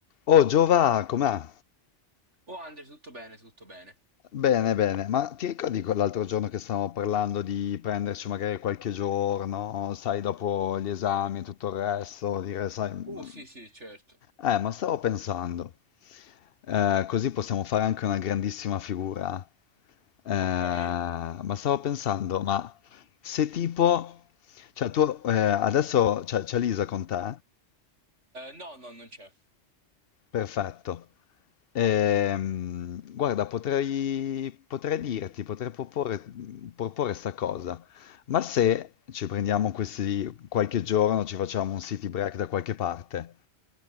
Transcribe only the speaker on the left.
Oh Giova, com'è?
Bene, bene, ma ti ricordi quell'altro giorno che stavamo parlando di prenderci magari qualche giorno, sai, dopo gli esami e tutto il resto, dire, sai,
ma-
eh, ma stavo pensando, eh, così possiamo fare anche una grandissima figura, eh, ma
stavo pensando, ma se tipo, cioè tu eh, adesso c'è c'è Lisa con te?
Perfetto. Ehm, guarda, potrei, potrei dirti, potrei proporre, proporre sta cosa, ma se ci prendiamo questi qualche giorno, ci facciamo un city break da qualche parte,